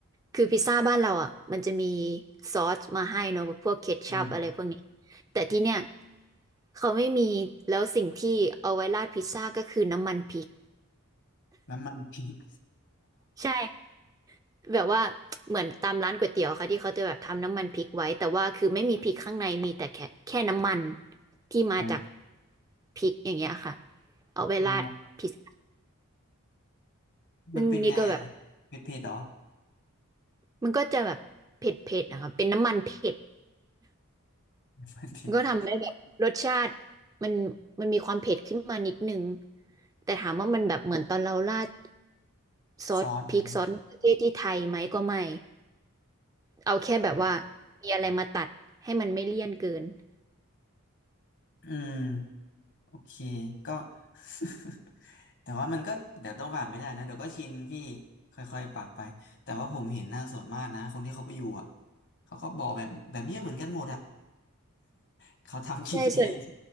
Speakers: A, on the right; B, on the left.
A: คือพิซซ่าบ้านเราอ่ะมันจะมีซอสมาให้เนอะพวกเคชัพอะไรพวกนี้
B: อืม
A: แต่ที่เนี่ยเขาไม่มีแล้วสิ่งที่เอาไว้ราดพิซซ่าก็คือน้ำมันพริก
B: น้ำมัน <laughs> พริก
A: ใช่แบบว่าเหมือนตามร้านก๋วยเตี๋ยวค่ะที่เขาจะแบบทำน้ำมันพริกไว้แต่ว่าคือไม่มีพริกข้างในมีแต่แค่แค่น้ำมันที่มาจาก
B: <laughs>
A: พริกอย่างเงี้ยค่ะเอาไว้ราดพิซซ่า
B: อ๋อ
A: ซึ่งนี่ก็แบบ
B: มันเป็นไงอ่ะเผ็ดเผ็ดเหรอ
A: มันก็จะแบบเผ็ดๆนะคะเป็นน้ำมันเผ็ด
B: มันเผ็ด
A: ก็ทำให้แบบรสชาติมันมันมีความเผ็ดขึ้นมานิดนึงแต่ถามว่ามันแบบเหมือนตอนเราราดซอสพริกซอสมะเขือเทศที่ไทยไหมก็ไม่
B: ซอสไหม
A: เอาแค่แบบว่า
B: อืม
A: มีอะไรมาตัดให้มันไม่เลี่ยนเกิน
B: อืมโอเคก็ <laughs> แต่ว่ามันก็เดี๋ยวต้องผ่านไปได้นะเดี๋ยวก็ชินพี่ค่อยๆปรับไปแต่ว่าผมเห็นหน้าส่วนมากนะคนที่เขาไปอยู่อ่ะเขาก็บอกแบบแบบเนี้ยเหมือนกันหมดอ่ะ <laughs> เขาทำกินเอง
A: ใช่ส่วน